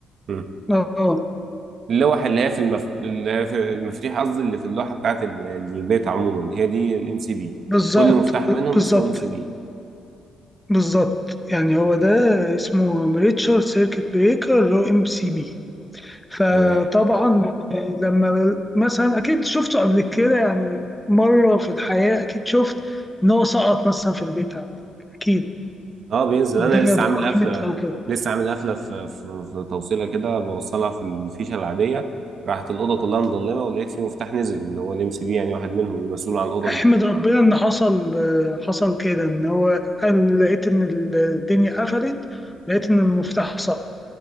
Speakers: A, on the right; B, in the centre.
A: مم.
B: اه
A: اللوح اللي هي في المف... اللي هي في المفاتيح قصدي اللي في اللوحة بتاعت ال- البيت عموما هي دي الام سي بي
B: فبالظبط
A: كل مفتاح منهم
B: بالظبط
A: اسمه ام سي بي
B: بالظبط يعني هو ده اسمه ريتشارد سيركت بريكر اللي هو ام سي بي فطبعا
A: تمام
B: آه، لما مثلا اكيد شفته قبل كده يعني مره في الحياه اكيد شفت ان هو سقط مثلا في البيت عندك اكيد
A: اه بينزل
B: والدنيا
A: انا لسه
B: ضربت
A: عامل قفله
B: او كده
A: لسه عامل قفله في في, في توصيله كده بوصلها في الفيشه العاديه راحت الاوضه كلها مضلمه ولقيت في مفتاح نزل اللي هو الام سي بي يعني واحد منهم المسؤول عن الاوضه
B: احمد
A: دي
B: ربنا ان حصل آه، حصل كده ان هو قال لقيت ان الدنيا قفلت ولقيت ان المفتاح سقط